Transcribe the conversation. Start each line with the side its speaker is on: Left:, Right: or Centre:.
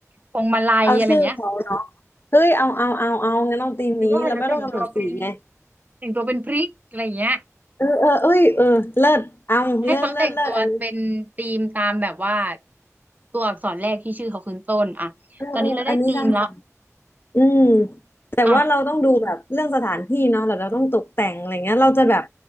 Right: พวงมาลัยอะไรเงี้ย
Left: เอาชื่อเขาเนาะเฮ้ยเอาเอาเอาเอางั้นเอาธีมนี้เราไม่ต้องกำหนดสีไง
Right: หรือว่าอาจจะแต่งตัวเป็นแต่งตัวเป็นพริกอะไรเงี้ย
Left: เออเออเอ้ยเออเลิศเอาเลิศเลิศเลิศอันนี้
Right: ให้เขาแต่งตัวเป็นธีมตามแบบว่าตัวอักษรแรกที่ชื่อเขาขึ้นต้นอ่ะตอนนี้เราได้ธีมละ
Left: เออเอออันนี้สร้างสรรค์อืมแต่ว่าเราต้องดูแบบเรื่องสถานที่เนาะแล้วเราต้องตกแต่งอะไรเงี้ยเราจะแบบ
Right: อ่ะ